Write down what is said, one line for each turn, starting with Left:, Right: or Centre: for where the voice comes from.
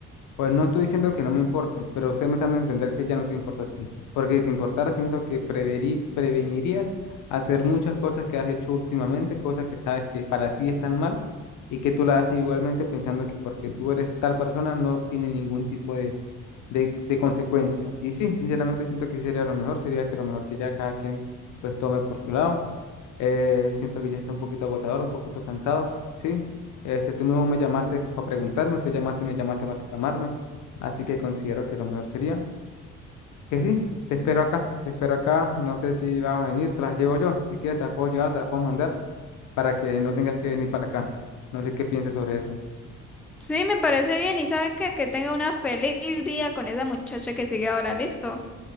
Left: Pues no estoy diciendo que no me importe, pero usted me está dando a entender que ya no te importa a ti, porque si te importara siento que preverí- prevenirías hacer muchas cosas que has hecho últimamente, cosas que sabes que para ti están mal y que tú las haces igualmente pensando que porque tú eres tal persona no tiene ningún tipo de de, de consecuencia. Y sí, sinceramente siento que sería lo mejor, sería que lo mejor que ya cada quien pues tome por su lado. Eh, siento que ya está un poquito agotador, un poquito cansado, ¿sí? Este, tú no me llamaste para preguntarme, usted llamaste, me llamaste para reclamarme, así que considero que lo mejor sería que sí, te espero acá, te espero acá, no sé si vas a venir, te las llevo yo, si quieres te las puedo llevar, te las puedo mandar para que no tengas que venir para acá. No sé qué pienses sobre eso.
Centre: Sí, me parece bien. ¿Y sabe qué? Que tenga una feliz vida con esa muchacha que sigue ahora, listo.